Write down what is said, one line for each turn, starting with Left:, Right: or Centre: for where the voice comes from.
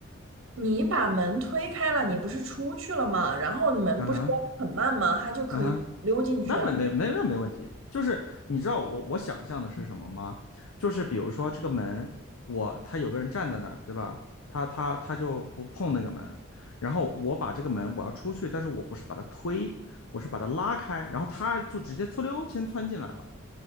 Right: 你把门推开了，你不是出去了吗？然后门不是关得很慢吗？
Left: 嗯哼，
Right: 他就可以溜进去啊
Left: 嗯哼。那没没没那没问题，就是你知道我我想象的是什么吗？就是比如说这个门，我他有个人站在那儿，对吧？他他他就不碰那个门，然后我把这个门我要出去，但是我不是把它推，我是把它拉开，然后他就直接嗖溜先窜进来了，